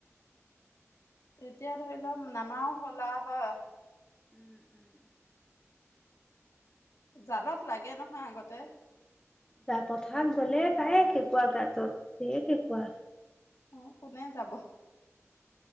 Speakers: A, on the left; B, on the left.
A: এতিয়া ধৰি লওঁক নামাও হ'লা হয়।
B: উম, উম।
A: জালত লাগে নহয় আগতে।
B: গা পথাৰ গ'লে তায়ে কে কা গাতত দে কেকুৱা
A: অ', কোনে যাব।